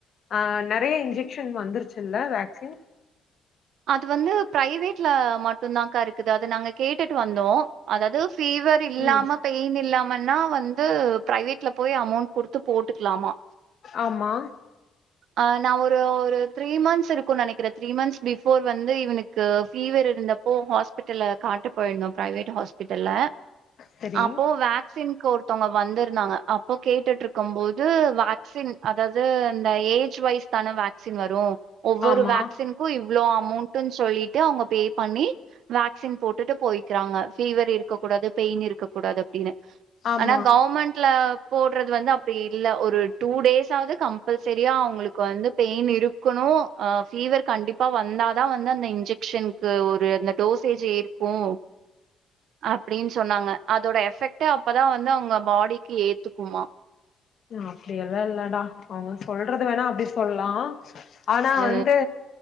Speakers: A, on the left (about 60°); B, on the right (about 75°).
A: ஆஹ் நெறைய இன்ஜெக்ஷன் வந்துருச்சுல்ல வேக்சின்
B: அது வந்து பிரைவேட்ல மட்டும்தாக்கா இருக்குது அது நாங்க கேட்டுட்டு வந்தோம் அதாவது பீவர் இல்லாம
A: ம்
B: பெயின் இல்லாம இல்லன்னா வந்து பிரைவேட்ல போய் அமௌண்ட் கொடுத்து போட்டுக்கலாமா
A: ஆமா
B: ஆஹ் நான் ஒரு த்ரீ மந்த்ஸ் இருக்கும் நெனைக்கிறேன் த்ரீ மந்த்ஸ் பிஃபோர் வந்து இவனுக்கு ஃபீவர் இருந்தப்போ ஹாஸ்பிட்டலில் காட்ட போயிருந்தோம் ப்ரைவேட் ஹாஸ்பிட்டல
A: சரி
B: அப்போ வேக்சின்க ஒருத்தங்க வந்திருந்தாங்க அப்போ கேட்டுட்டு இருக்கும் போது வேக்சின் அதாவது இந்த ஏஜ் வைஸ் தான வேக்சின் வரும் ஒவ்வொரு
A: ஆமா
B: வேக்சின் அவ்ளோ அமௌன்ட் சொல்லிட்டு அவங்க பேய் பண்ணி வேக்சின் போட்டுட்டு போய்கிறாங்க பீவர் இருக்க கூடாது பெயின் இருக் க்க கூடாது அடின்னு
A: ஆமா
B: ஆனா கவர்மெண்ட்ல போட் து வந்து அப்படி இல் ஒரு டூ டேஸ் ஆவது கம்பல்சரியா அவங்களுக்கு வந்து பெயின் இருக்கணும் பீவர் கண்டிப்பா வந்தாதான் வந்து அந்த இன்ஜெக்ஷனுக்கு ஒரு அந்த டோசேஜ் இருக்கும் அப்படின்னு சொன்னாங்க அதோட எஃப் எபக்ட்டா அப்பதான் வந்து அவங்க பாடிக்கு ஏத்துக்குமா
A: அப்படியெல்லாம் இல்லடா அவங்க சொல்றது வேணா அப்டி சொல்லாம் ஆனா
B: அ
A: வந்து